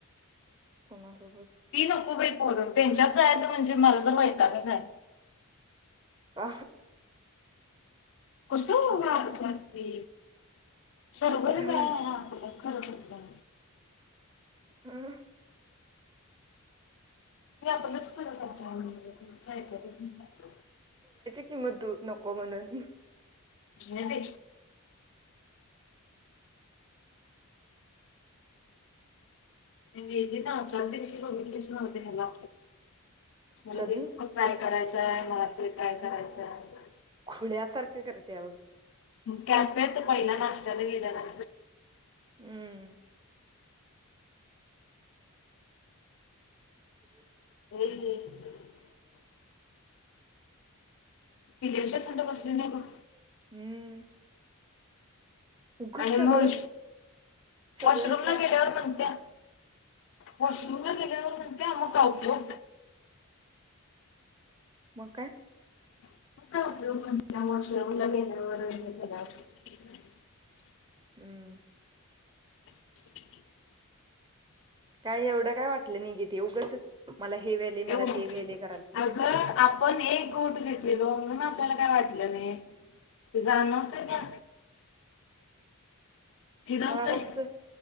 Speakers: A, on the right; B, on the left.
A: कोणासोबत.
B: ती नकोबरी पोल त्यांच्यात जायचं म्हणजे मला तर वैतागआहे
A: आ.
B: कस करते सर्वतय.
A: तेच वाट
B: करू शकता.
A: हम.
B: आपणच करत लाण. कायकत.
A: किमू नको म्हणून.
B: नाहीदी. <inaudible> निना चचालदी विष गितस न होतनला. मला
A: कधी
B: इ ट्राय करायचंय मला तेरी ट्राय करायचंय.
A: पुण्यासारखं करते मग.
B: कॅम्प येत पहिल्या नाशत्याला गेल्याला.
A: हम्म. हम्.
B: <inaudible> विदेशात थंड बसली नाही ग.
A: हम्म. उगच
B: आणि
A: सगळं
B: मग
A: सगळं
B: वॉशरूमला
A: ट्राय
B: गेल्यावर म्हणत्या. वॉशरूमला गेल्यावर म्हणते मग आऊतो.
A: म काय.
B: र्लगे.
A: हम्म.
B: <inaudible>
A: काय एवढं काय वाटलं निघे ते उगंचच मला हे वेले
B: एवढं
A: मला ते वेले कराती.
B: अगं आपण एक गोठ घेतलेल म्हणून आपल्याला काय वाटलं नाही जाणवत ना. फिरवतंय
A: मला फक्त